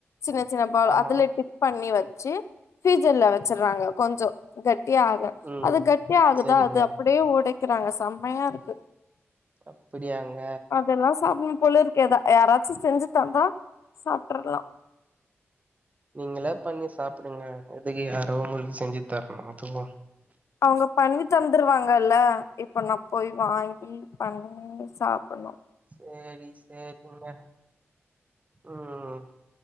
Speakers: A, on the left; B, on the right.
A: சின்ன சின்ன பால்
B: ஆமா
A: அதலெட்டு பண்ணி வச்சு ஃப்ரீஜர்ல்ல வச்சர்றாங்க கொஞ்சோ கெட்டியாக
B: ம்
A: அது கட் ஆகுதா
B: சேரிங்க
A: அது அப்டியே ஒடைக்கறாங்க செம்மையாருக்கு
B: அப்டியாங்க
A: அப்படியெல்லா சாப்ட்னு போலருக்கு எதா யாராச்சு செஞ்சு தந்தா சாப்ட்ர்லா
B: நீங்களா பண்ணி சாப்டுங்க எதுக்கு யாரோ உங்ளுக்கு செஞ்சு தர்னு அதுவு
A: அவங்க பண்ணி தந்துருவாங்கல்ல இப்ப நான் போய் வாங்கி பண்ணி சாப்பிட்ணு
B: செரி செரிங்க ம்